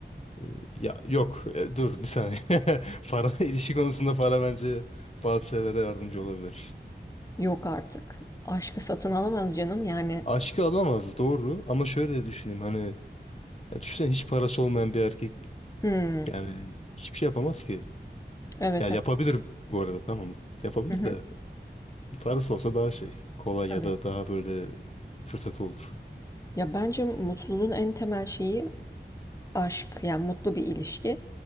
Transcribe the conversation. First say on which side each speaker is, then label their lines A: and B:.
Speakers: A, on the left (about 35°); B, on the left (about 15°).
A: e, ya yok e, dur bir saniye. <laughs> Para ilişki konusunda para bence bazı şeylere yardımcı olabilir.
B: Yok artık. Aşkı satın alamaz canım yani.
A: Aşkı alamaz doğru ama şöyle düşüneyim hani ya düşünsene hiç parası olmayan bir erkek
B: Hımm.
A: Yani hiçbir şey yapamaz ki.
B: Evet,
A: Ya yapabilir
B: evet.
A: bu arada tamam. Yapabilir
B: Hı hı.
A: de parası olsa daha şey kolay
B: Tabii.
A: ya da daha böyle fırsatı olur.
B: Ya bence mutluluğun en temel şeyi aşk. Yani mutlu bir ilişki.